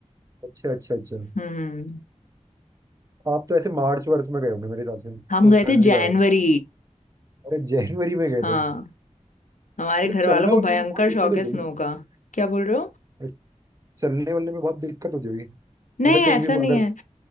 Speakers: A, on the right (about 25°); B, on the left (about 85°).
A: अच्छा अच्छा अच्छा
B: हम्म
A: आप तो ऐसे मार्च वर्च में गए होंगे मेरे हिसाब से तो
B: हम गए
A: ठंड
B: थे
A: भी
B: जनवरी
A: ज्यादा हो अरे जनवरी में गए
B: हाँ
A: थे
B: हमारे
A: फिर
B: घर
A: तो चलना
B: वालों को
A: वलना
B: भयंकर
A: भी बहुत
B: शौक
A: दिक्कत
B: है स्नो
A: होती
B: का क्या बोल रहे हो
A: है चलने वलने में बहुत दिक्कत होती होगी
B: नहीं
A: मतलब कहीं
B: ऐसा
A: भी वो
B: नहीं
A: अगर
B: है,